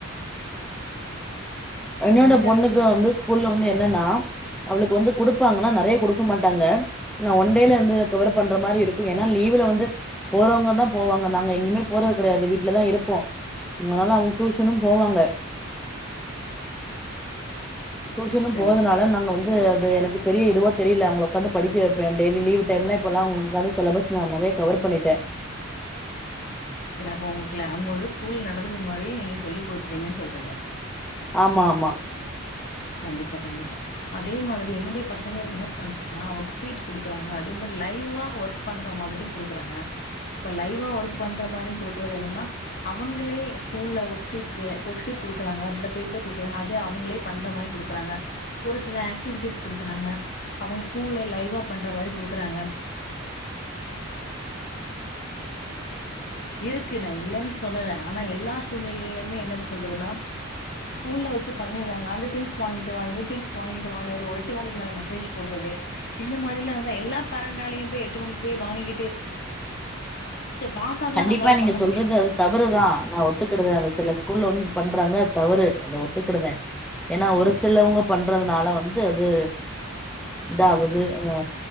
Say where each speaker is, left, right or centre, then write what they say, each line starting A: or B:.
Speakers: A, in the centre; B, on the left.
A: என்னோட
B: அது எந்த
A: பொண்ணுக்கு
B: அளவுக்கு
A: வந்து ஸ்கூல்ல வந்து என்னனா அவளுக்கு வந்து குடுப்பாங்கனா நெறைய குடுக்க மாட்டாங்க ஆ ஒன் டேல இருந்து கவர் பண்ற மாரி இருக்கு ஏனா லீவுல வந்து போறவங்கதா போவாங்க நாங்க எங்கேமே போறது கெடையாது வீட்லதா இருப்போ அதனால அவங்க டியூஷனு போவாங்க டியூஷனு
B: சரி,
A: போததுனால
B: சரி.
A: நாங்க வந்து அது எனக் பெரிய இதுவா தெரில அவுங்கள உக்காந்து படிக்க வெப்பே டெய்லி லீவ் டைம்லா இப்பல்லா உங்ளுக்கானு சிலபஸ் நா நெறையா கவர் பண்ணிட்டே
B: செரி அப்ப உங்ளுக்ல அவங்க வந்து ஸ்கூல் நடத்றதுக்கு முன்னாடி நீங்க சொல்லி குடுத்துட்டன் சொல்றிங்க
A: ஆமா ஆமா
B: கண்டிப்பா கண்டிப்பா அதே மாதிரி என்னுடைய பசங்களுக்கு என்ன பண்றாங்கனா ஒர்க் சீட் குடுக்குறாங்க அதே மாரி லைவா ஒர்க் பண்ற மாதிரியு குடுக்குறாங்க லைவா ஒர்க் பண்ற மாரி குடு க்றது என்னனா அவங்களே ஸ்கூல்ல ஒர்க் சீட் ஒர்க் சீட் குடுக்கறாங்க புள்ள பேப்பர் குடுக்கறாங்க அது அவங்களே பண்ற மாரி கொடுக்கறாங்க ஒரு சில ஆக்டிவிட்டீஸ் கொடுக்கறங்க அவங்க ஸ்கூல்ல லைவ் பண்ற மாதிரி கொடுகுகிறாங இருக்கு நான் இல்லேன்னு சொல்லல ஆனா எல்லா சூழ்நிலையிலையுமே என்ன சொல்றதுன்னா ஸ்கூல்லல வச்சு பண்ணடுறாங்க அந்த வாங்கிட்டு வா இந்த திங்ஸ் வாங்கிட்டு வா ஒரு எட்டு மணிக்கு மேல மெசேஜ் போடுறது இந்த மாதிரியெலா இருந்தா எல்லா பரண்டாளய போய் எட்டு மணிக்கு போய் வாங்கிக் பாத்தாதா
A: கண்டிப்பா
B: நம்மளால
A: நீங்க
B: பண்ண
A: சொல்றது
B: முடியு
A: அது தவறுதான் நான் ஒத்துக்கடுதேன் அத சில ஸ்கூல்ல வந்து பண்றாங்க அது தவறு அதை ஒத்துக்கிடுதேன் ஏன்னா ஒரு சிலவங்க பண்றதுனால வந்து அது இதாகுது அ